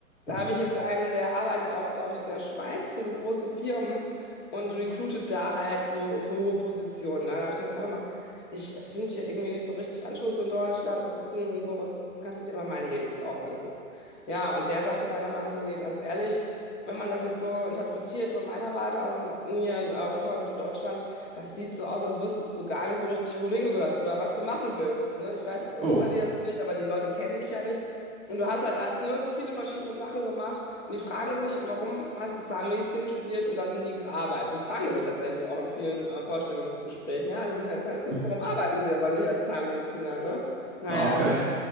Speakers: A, on the left; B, in the centre.
A: Da
B: Mhm.
A: habe ich jetzt einen, der arbeitet auch, glaube ich, in der Schweiz für so große Firmen und recruitet da halt so für hohe Positionen. ne? Da habe ich gedacht, warte mal, ich finde hier irgendwie nicht so richtig Anschluss in Deutschland, was ist denn und so, was, kannst du dir mal meinen Lebenslauf angucken? Ja, und der sagte dann nochmal, Nathalie, ganz ehrlich, wenn man das jetzt so interpretiert von meiner Warte aus, hier in Europa und Deutschland, das sieht so aus, als wüsstest du gar nicht so richtig, wo du hingehörst oder was du machen willst. Ne? Ich weiß, es ist
B: Oh,
A: bei dir so nicht, aber die Leute kennen dich ja nicht. Und du hast halt äh, ne, so viele verschiedene Sachen gemacht und die fragen sich, warum hast du Zahnmedizin studiert und das nie gearbeitet? Das fragen die mich tatsächlich auch in vielen äh, Vorstellungsgesprächen. Ja, Sie sind ja Zahnmediziner,
B: mhm.
A: warum arbeiten Sie aber nicht als Zahnmediziner? Ne? Naja,
B: Ah, okay.
A: das,